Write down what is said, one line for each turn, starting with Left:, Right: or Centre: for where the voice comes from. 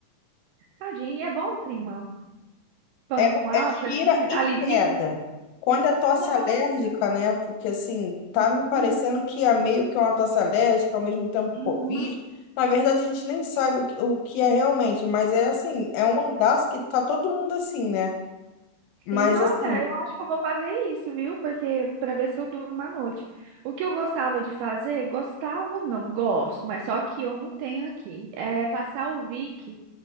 Right: Tadinho, e é bom, prima. Pano
Left: É,
Right: com álcool,
Left: é tira
Right: assim,
Left: e
Right: alivia.
Left: queda. Quando é tosse
Right: Nossa.
Left: alérgica, né? Porque assim, tá me parecendo
Right: Uhum.
Left: que é meio que uma tosse alérgica, ao mesmo tempo
Right: Uhum.
Left: Covid. Na verdade, a gente nem sabe o que, o que é realmente, mas é assim, é um andaço que tá todo mundo assim, né? Mas
Right: Sim, nossa,
Left: assim,
Right: eu acho que eu vou fazer isso, viu? Porque para ver se eu durmo à noite. O que eu gostava de fazer, gostava, não, gosto, mas só que eu não tenho aqui. É passar o Vic,